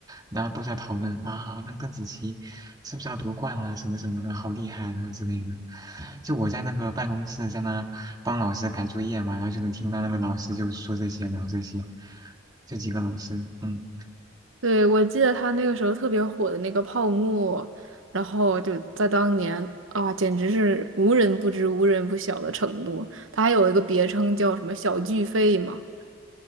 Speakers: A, on the right (about 20°); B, on the right (about 80°).
A: 然后都在讨论啊，那个邓紫棋是不是要夺冠啊，什么什么的，好厉害啊之类的。就我在那个办公室在那帮老师改作业嘛，然后就能听到那个老师就说这些聊这些，就几个老师，嗯，
B: 对，我记得他那个时候特别火的那个泡沫，然后就在当年啊，简直是无人不知、无人不晓的程度。他还有一个别称叫什么“小巨肺”嘛。